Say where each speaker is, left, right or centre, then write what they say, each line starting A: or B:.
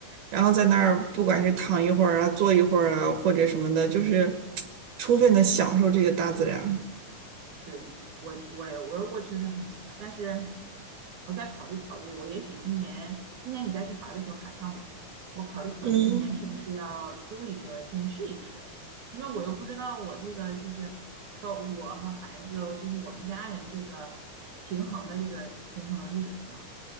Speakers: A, on the right (about 80°); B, on the right (about 70°).
A: 然后在那儿不管是躺一会儿啊，坐一会儿啊，或者什么的，就是 <tsk> 充分的享受这个大自然。
B: 对，我我我我确实很喜欢，但是我再考虑考虑，我也许今年今年你再去滑的时候喊上我，我考虑考虑今年是不是要租一个先试一试，
A: 嗯，
B: 因为我又不知道我这个就是包括我和孩子，就是我们家人这个平衡的这个平衡能力怎么样，